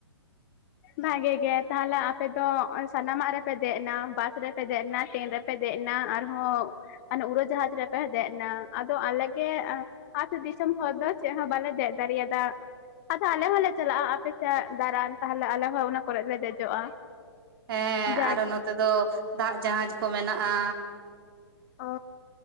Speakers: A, on the left (about 35°); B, on the right (about 55°).
A: ᱵᱷᱟᱜᱤ ᱜᱮ ᱛᱟᱦᱞᱮ ᱟᱯᱮ ᱫᱚ ᱥᱟᱱᱟᱢᱟᱜ ᱨᱮᱯᱮ ᱫᱮᱡ ᱮᱱᱟ ᱵᱟᱥ ᱨᱮᱯᱮ ᱫᱮᱡ ᱮᱱᱟ ᱴᱨᱮᱹᱱ ᱨᱮᱯᱮ ᱫᱮᱡ ᱦᱮᱡᱽᱱᱟ ᱟᱨᱦᱚᱸ ᱩᱨᱟᱹ ᱡᱟᱦᱟᱡᱽ ᱨᱮᱯᱮ ᱫᱮᱡ ᱮᱱᱟ ᱟᱫᱚ ᱟᱞᱮᱜᱮ ᱟᱹᱛᱩ ᱫᱤᱥᱚᱢ ᱦᱚᱲ ᱫᱚ ᱪᱮᱫ ᱦᱚᱸ ᱵᱟᱞᱮ ᱫᱮᱡ ᱫᱟᱲᱮᱭᱟᱫᱟ ᱟᱞᱮ ᱦᱚᱸᱞᱮ ᱪᱟᱞᱟᱜᱼᱟ ᱟᱯᱮ ᱥᱮᱭᱟᱜ ᱫᱟᱨᱟᱱ ᱛᱟᱦᱚᱞᱮ ᱟᱞᱮ ᱦᱚᱸ ᱚᱱᱟ ᱠᱚᱨᱮ ᱞᱮ ᱫᱮᱡᱚᱜᱼᱟ᱾
B: ᱦᱮᱸ
A: ᱡᱟᱜᱮ
B: ᱟᱨᱚ ᱱᱚᱛᱮ ᱫᱚ ᱫᱟᱜ ᱡᱟᱦᱟᱡ ᱠᱚ ᱢᱮᱱᱟᱜᱼᱟ
A: ᱚ